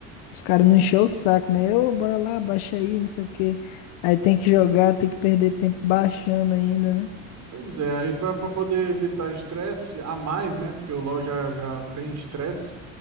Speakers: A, on the left; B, on the right.
A: Os caras não encheu o saco, né? Ô, bora lá, baixa aí, não sei o quê. Aí tem que jogar, tem que perder tempo baixando ainda, né?
B: Pois é, aí pra, pra poder evitar estresse a mais, né? Porque o LoL já, já tem estresse,